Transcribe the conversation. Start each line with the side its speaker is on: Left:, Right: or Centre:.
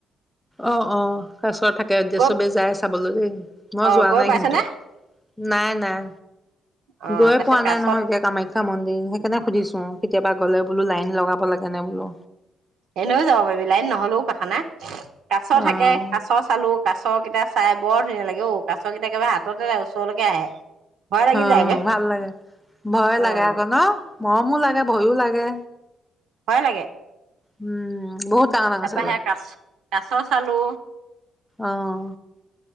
Centre: অঁ অঁ তচৰ থাকে যে
Right: গৈ
Centre: চবে যাই আ চাবলৈ মই
Right: অ
Centre: যোৱা
Right: গৈ
Centre: নাই
Right: পাইছে
Centre: কিন্তু।
Right: নে
Centre: নাই নাই
Right: অ
Centre: গৈ
Right: তাৰপিছত
Centre: পোৱা
Right: কাছত
Centre: নাই নহয় এতিয়া কামাখ্যা মন্দিৰ সেইকাৰণে সুধিছো আও। গ'লে বোলো লাইন লগাব লাগে নে বোলো
Right: এনেও যাব পাৰিবি লাইন নহলেও কথা নাই। কাছ
Centre: অ',
Right: থাকে, কাছ চালো, কাছ কেইটা- চাই বৰ ধুনীয়া লাগে ও, কাছ কেইটা একেবাৰে হাততে ওচৰলৈকে আহে ভয় লাগি
Centre: হ
Right: যায়গে
Centre: ভাল লাগে ভয়ে
Right: উম
Centre: লাগে আকৌ ন, মৰমো লাগে ভয়ো লাগে।
Right: হয় লাগে <inaudible>
Centre: উম বহুত ডাঙৰ ডাঙৰ
Right: তাৰপা
Centre: চাগৈ
Right: সেয়া কাচ কা চ চালো
Centre: আহ